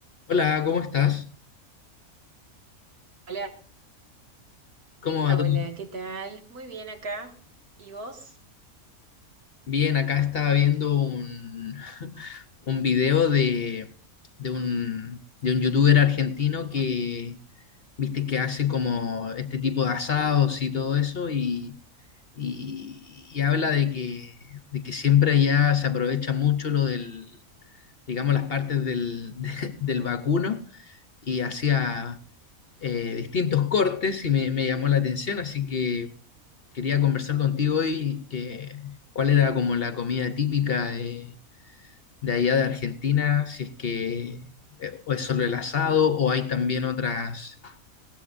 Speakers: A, on the left; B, on the right.
A: Hola, ¿cómo estás?
B: Hola,
A: ¿Cómo va
B: hola,
A: todo?
B: ¿qué tal? Muy bien acá. ¿Y vos?
A: Bien, acá estaba viendo un, <laughs> un video de, de un, de un youtuber argentino que, viste, que hace como este tipo de asados y todo eso y, y- y habla de que, de que siempre allá se aprovecha mucho lo del, digamos, las partes del, <laughs> de- del vacuno y hacía eh, distintos cortes y me me llamó la atención, así que... Quería conversar contigo hoy que cuál era como la comida típica de, de allá de Argentina, si es que eh, o es solo el asado o hay también otras,